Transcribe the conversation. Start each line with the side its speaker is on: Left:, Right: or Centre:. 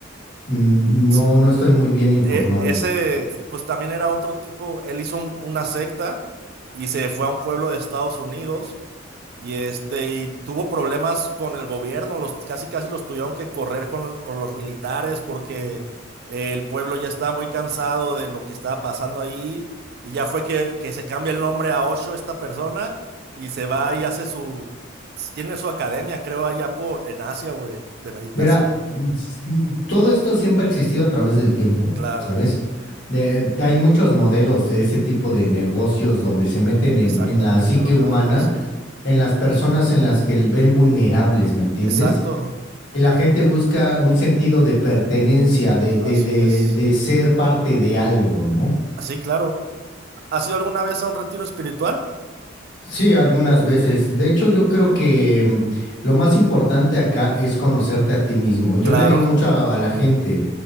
Left: Mm,
Right: Sí.
Left: No, no estoy
Right: Du-
Left: muy bien informado.
Right: e- ese, pues también era otro tipo, él hizo un- una secta y se fue a un pueblo de Estados Unidos y este, y tuvo problemas con el gobierno, los, casi casi los tuvieron que correr con, con los militares porque eh, el pueblo ya estaba muy cansado de lo que estaba pasando ahí y ya fue que, que se cambia el nombre a Osho, esta persona, y se va y hace su, tiene su academia, creo, allá por, en Asia, güey, de meditación,
Left: Mira, mm, s- mm, todo esto siempre ha existido a través del tiempo,
Right: claro.
Left: ¿sabes? Eh, hay muchos modelos de ese tipo de negocios donde se meten en,
Right: Exactamente
Left: en la psique
Right: lo acabas
Left: humana,
Right: de decir.
Left: en las personas en las que el- ven vulnerables, ¿me entiendes?
Right: Exacto,
Left: Y la gente busca un sentido de pertenencia, de, de,
Right: así
Left: de,
Right: es.
Left: de ser parte de algo, ¿no?
Right: Así, claro. ¿Has ido alguna vez a un retiro espiritual?
Left: Sí, algunas veces. De hecho, yo creo que mm, lo más importante acá es conocerte a ti mismo. Yo
Right: Claro,
Left: le digo mucho a, a la gente